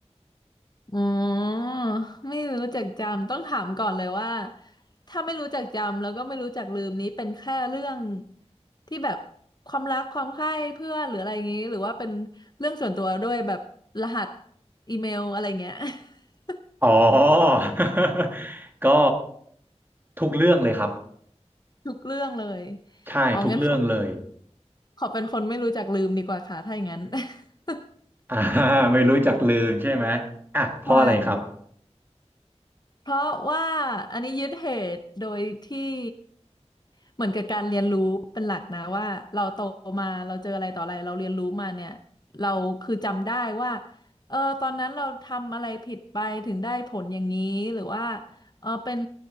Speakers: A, on the left; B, on the right.
A: อ๋อ <laughs> ไม่รู้จักจำต้องถามก่อนเลยว่าถ้าไม่รู้จักจำแล้วก็ไม่รู้จักลืมนี้เป็นแค่เรื่องที่แบบความรักความใคร่เพื่อนหรืออะไรอย่างงี้หรือว่าเป็นเรื่องส่วนตัวด้วยแบบรหัสอีเมลอะไรเงี้ย <laughs>
B: อ๋อ <laughs> ก็ทุกเรื่องเลยครับ
A: ทุกเรื่องเลย
B: ใช่ทุกเรื่องเลย
A: อ๋องั้นขอขอเป็นคนไม่รู้จักลืมดีกว่าค่ะถ้าอย่างนั้น <laughs>
B: <laughs> อ่าไม่รู้จักลืมใช่ไหมอ่ะเพราะอะไรครับ
A: ใช่ เพราะว่าอันนี้ยึดเหตุโดยที่เหมือนกับการเรียนรู้เป็นหลักนะว่าเราโตมาเราเจออะไรต่ออะไรเราเรียนรู้มาเนี่ยเราคือจำได้ว่าเออตอนนั้นเราทำอะไรผิดไปถึงได้ผลอย่างนี้หรือว่าเออเป็น